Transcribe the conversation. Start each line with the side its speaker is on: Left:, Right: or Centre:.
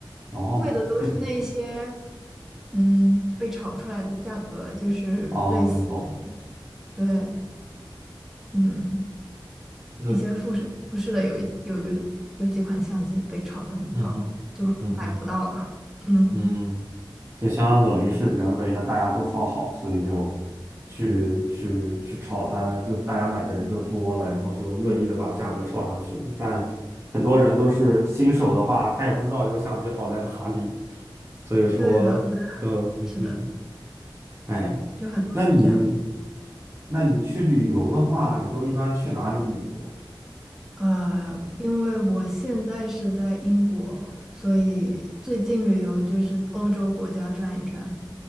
Right: 哦，
Centre: 贵的都是那些
Right: 这个样
Centre: 嗯被炒出来的价格，就是类似，
Right: 哦，我懂了。
Centre: 对，嗯。
Right: 那
Centre: 一些富士富士的有一有一有几款相机被炒得很高，
Right: 嗯哼，
Centre: 就买不到了。
Right: 嗯哼，
Centre: 嗯，
Right: 嗯，就相当等于是人为的，大家都说好，所以就去去去炒它，就大家买的人就多了，然后就恶意的把价格炒上去了。但很多人都是新手的话，他也不知道这个相机好在哪里，所以说就嗯哼，
Centre: 对的，对的，是的，
Right: 哎，
Centre: 就很多都是这样。
Right: 那你那你去旅游的话，你都一般去哪里旅游
Centre: 呃，因为我现在是在英国，所以最近旅游就是欧洲国家转一转。